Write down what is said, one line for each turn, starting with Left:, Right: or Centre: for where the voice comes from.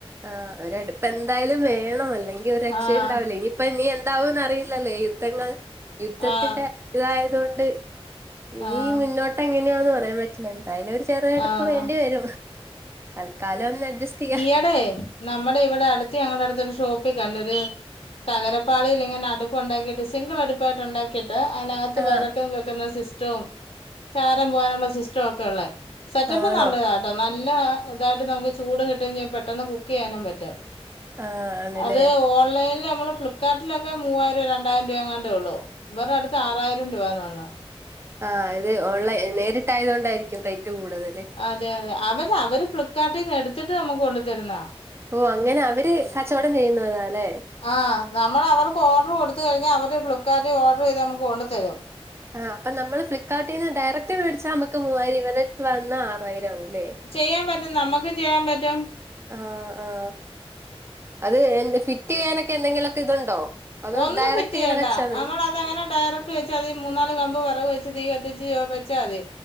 Right: ആഹ്, ഒര് അടുപ്പ് എന്തായാലും വേണം. അല്ലെങ്കിൽ ഒരു രക്ഷയും
Left: ആഹ്
Right: ഇണ്ടാവില്ല ഇനി ഇപ്പ ഇനി എന്താവുന്ന് അറിയില്ലല്ലേ യുദ്ധങ്ങൾ, യുദ്ധത്തിന്റെ
Left: ആഹ്
Right: ഇത് ആയതോണ്ട് ഇനി
Left: ആഹ്
Right: ഈ മുന്നോട്ട് എങ്ങനെയാന്ന് പറയാൻ പറ്റില്ല. എന്തായാലും ഒരു ചെറിയ അടുപ്പ്
Left: ആഹ്
Right: വേണ്ടി വരും തൽക്കാലം ഒന്ന് അഡ്ജസ്റ്റ് ചെയ്യാൻ.
Left: എടെയ്. നമ്മടെ ഇവിടെ അടുത്ത് ഞങ്ങളുടെ അടുത്തൊരു ഷോപ് ക്കണ്ടോഒരു തകരപ്പാളയി ഇങ്ങന അടുപ് ഉണ്ടാക്കിട്ട് സിംഗിൾ അടുപ്പായിട്ട്ണ്ടാ ട്ട് അതിനകത്ത്
Right: ആഹ്
Left: വിറക് വെക്കുന്ന സിസ്റ്റവും ചാരം പോകാനുള്ള സിസ്റ്റവും ഒക്കെ ഉള്ളേ സെറ്റപ്പ്
Right: ആണോ
Left: നല്ലതാ കേട്ടോ നല്ല ഇതായിട്ട് നമുക്ക് ചൂട് കിട്ടുംചെയ്യും പെട്ടെന്ന് കുക്ക് ചെയ്യാനും പറ്റും.
Right: ആഹ് ആണല്ലേ
Left: അത് ഓൺലൈൻ നമ്മള് ഫ്ലിപ്കാർട്ടിലൊക്കെ മൂവായിരം രണ്ടായിരം രൂപ അങ്ങാണ്ടേ ഉള്ളൂ ഇവരെ ടുത്ത് ആറായിരം രൂപന്ന് പറഞ്ഞു.
Right: ആഹ് അത് ഓൺ ലൈൻ നേരിട്ടായതത് കൊണ്ടായിരിക്കും റേറ്റ് കൂടുതല്.
Left: അതെ അതെ അവര് അവര് ഫ്ലിപ്കാർട്ടിൽ നിന്ന് എടുത്തിട്ട് നമ്മുക്ക് കൊണ്ടു തരുന്നതാ.
Right: ഓ അങ്ങനെ അവര് കച്ചവടം ചെയ്യുന്നതാല്ലേ
Left: ആഹ് നമ്മള അവർക്ക് ഓർഡർ കൊടുത്ത കഴിഞ്ഞാ അവര് ഫ്ളിപ്കാർട്ടിൽ ഓഡർ ചെയ്ത് നമുക്ക് കൊണ്ടു തരും
Right: ആഹ് അപ്പ നമ്മള് ഫ്ലിപ്കാർട്ടിൽ നിന്ന് ഡയറക്റ്റ് മേടിച്ചൽ നമ്മക്ക് മൂവായിരം ഇവരെടുത്ത് വന്നാൽ ആറായിരം ആവൂല്ലേ
Left: ചെയ്യാം പറ്റും നമ്മുക്ക് ചെയ്യാം പറ്റും
Right: ആഹ് ആഹ് അത് എ ഫിറ്റ് ചെയ്യാനൊക്കെ എന്തെങ്കിലൊക്കെ ഇതുണ്ടോ അതോ
Left: ഒന്നും
Right: ഡയറക്റ്റ്
Left: ഫിറ്റ് ചെയ്യണ്ട
Right: ഇങ്ങനെ വെച്ചാ മതി
Left: നമ്മളാ അങ്ങനെ ഡയറക്ട് വെച്ച് അതി മൂന്നാല് കമ്പ് വെറക് വെച്ച് തീ കത്തിച്ച് വെച്ചാ മതി